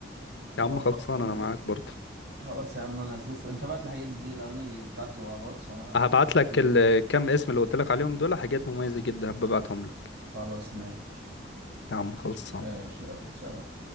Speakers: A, on the left; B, on the right.
A: يا عم
B: او أقفل
A: خلصان
B: معاك
A: انا معاك برضه
B: خلاص يا عم انا اشوف انت بعت الحاجات دي الاغاني بتاعته على الواتس وانا
A: هبعت لك
B: اشوف
A: الكام اسم اللي قلت لك عليهم دول حاجات مميزة جدا هبعتهم لك
B: خلاص ماشي
A: يا عم خلصان
B: ماشي يلا سلام